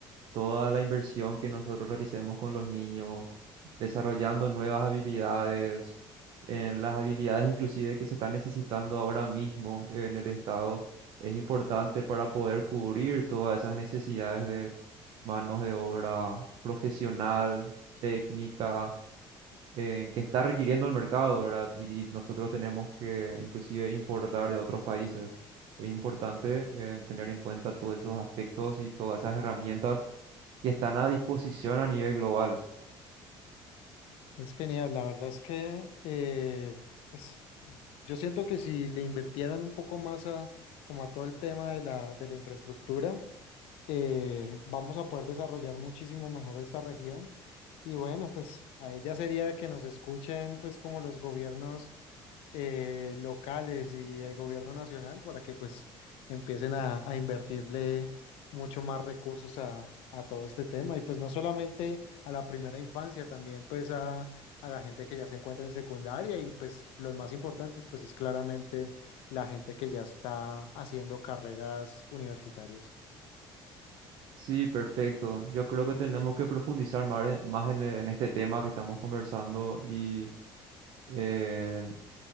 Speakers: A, on the right; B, on the left.
A: Toda la inversión que nosotros realicemos con los niños, desarrollando nuevas habilidades, en las habilidades inclusive que se están necesitando ahora mismo en el Estado, es importante para poder cubrir todas esas necesidades de manos de obra profesional, técnica eh, que está requiriendo el mercado, ¿verdad? Y, y nosotros tenemos que inclusive importar de otros países. Es importante eh, tener en cuenta todos esos aspectos y todas esas herramientas que están a disposición a nivel global.
B: Es genial, la verdad es que eh, pues, yo siento que si le invirtieran un poco más a, como a todo el tema de la, de la infraestructura, eh, vamos a poder desarrollar muchísimo mejor esta región. Y bueno, pues a ella sería que nos escuchen pues como los gobiernos eh, locales y el gobierno nacional para que pues empiecen a, a invertirle mucho más recursos a, a todo este tema y pues no solamente a la primera infancia, también pues a, a la gente que ya se encuentra en secundaria y pues los más importantes pues es claramente la gente que ya está haciendo carreras universitarias.
A: Sí, perfecto. Yo creo que tenemos que profundizar más en, más en, en este tema que estamos conversando y eh,